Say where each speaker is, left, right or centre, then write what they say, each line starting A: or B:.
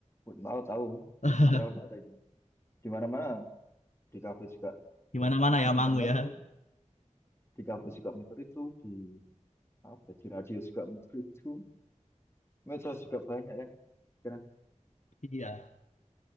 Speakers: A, on the left; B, on the left.
A: Mau tahu.
B: <laughs>
A: Viral banget itu. Di mana-mana di kafe juga
B: Gimana mana ya Mangu
A: muternya
B: ya.
A: itu di kafe juga muter itu di apa di radio juga muter itu medsos juga banyak kan sekarang
B: Iya.